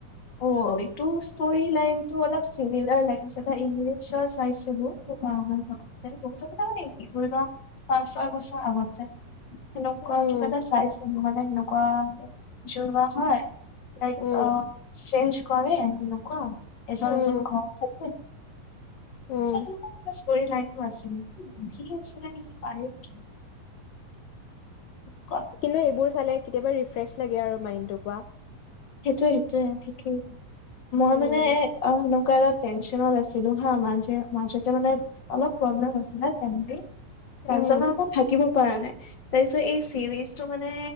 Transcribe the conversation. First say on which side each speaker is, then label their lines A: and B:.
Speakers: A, on the left (about 40°); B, on the left (about 80°).
A: অ', এইটো ষ্টৰি লাইনটো অলপ চিমিলাৰ লাগিছে তাৰ ইংলিছৰ চাইছিলো। <unintelligible> ধৰি লওক পাঁচ ছয় বছৰ আগতে। সেনেকুৱা
B: উম
A: কিবা এটা চাইছোঁ নহয় সেনেকুৱা, জোৰৱা হয়। লাইক
B: উম
A: আ চেঞ্জ কৰে আৰু তেনেকুৱা, এজন
B: উম
A: এজন ঘৰত থাকে।
B: উম
A: <unintelligible> ষ্টৰী লাইনটো আছিল, মুভি আছিলে নেকি পাহৰি গলোঁ। <unintelligible>
B: কিন্তু এইবোৰ চালে কেতিয়াবা ৰিফ্ৰেছ লাগে আৰু মাইণ্ডটো কোৱা।
A: সেইটোৱে সেইটোৱে ঠিকেই, মই
B: উম
A: মানে এ আ সে কালি ৰাত টেনচনত আছিলো হা মা-মাজতে মানে, অলপ প্ৰব্লেব হৈছ <unintelligible> তাৰপিছতে
B: উম
A: মই আকৌ থাকিব পৰা নাই। তাৰপিছত এই চিৰিজটো মানে,